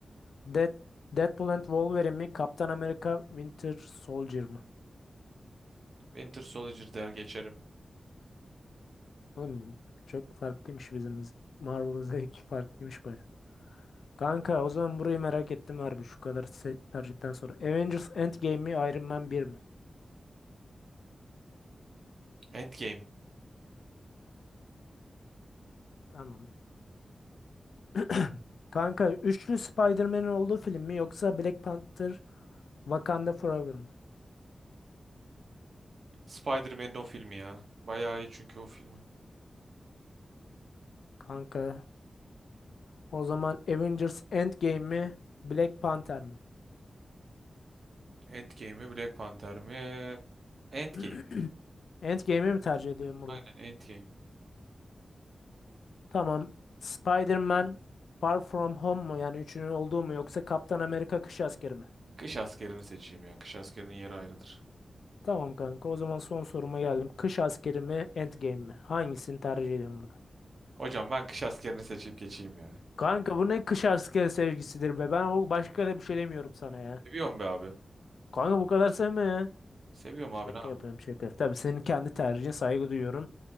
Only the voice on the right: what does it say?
Winter Soldier der geçerim.
Endgame.
Spider-Man'in o filmi ya. Bayağı iyi çünkü o filmi.
Endgame mi Black Panther mi? Endgame.
Aynen Endgame.
Kış askerini seçeyim ya. Kış askerinin yeri ayrıdır.
Hocam ben kış askerini seçip geçeyim ya.
Seviyorum be abi.
Seviyorum
abi ne yapayım.